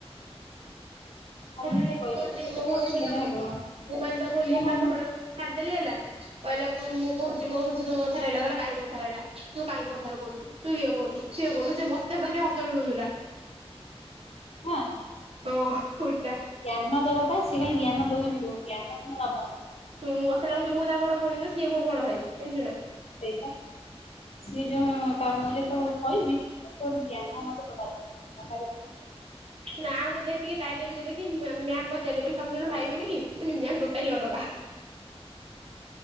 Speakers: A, on the left; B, on the right.
A: ଖାଲିରେ
B: ମୁଁ ଖାଲି ଏମିତି
A: ବଇଛି
B: କହୁଥିଲି
A: କେତେ
B: ମୋ ଭବିଷ୍ୟତ
A: ବଡ ପିଲାଟା
B: ମୁଁ
A: ହେଲୁଣୁ
B: କହୀଲି ତାକୁ ଭଲେକି
A: ମୁହଁ
B: ପାଠ ପଢ଼ାଅ। ଛାଡ଼ିଦେଲି ହେଲା କହିଲା ମୁଁ କହୁ ବହୁତ୍ ଜୋର୍ ଅନ୍ଧାର ହେଲା କହିଲା କାହିଁକି ଅନ୍ଧାର ହେଲା ତୁ କାଇଁ ଅନ୍ଧାର କରୁଛୁ। ତୁ ଇଏ କରୁନୁ ସିଏ କରୁନୁ ସେ ମତେ ଖାଲି ଭାସଣ ଦଉଥିଲା।
A: ହଁ।
B: ହ ଓଲଟା।
A: ଜ୍ଞାନ ଦବା ପାଇଁ ସେ ଜ୍ଞାନ ଦଉଚିଲୋ ଜ୍ଞାନ ଦିଅ ନବନି।
B: ଶୁଣ ମୁଁ ମୋତେ ଲାଗୁଛି ତା ବଡ଼ ଭଉଣୀ ନୁହେଁ ସିଏ ମୋ ବଡ ଭାଇ ଜାଣିଛୁନା।
A: ସେଇଟା ସିଏ ଯୋଉ ତା ମୁଁ ଯେତେବେଲେ କହିବି ତୋର ଜ୍ଞାନ ନା ମତେ ଦବା <unintelligible> ଜ୍ଞାନ।
B: ନାଁକୁ ଦେଖି ଟାଇଟେଲକୁ ଦେଖି ମ୍ୟାମ ପଚାରିଲେ କି ତମେ ଦିଜଣ ଭାଇ ଭଉଣୀକି ମୁଁ କହିଲି ମ୍ୟାମ ଟୋଟାଲି ଅଲଗା।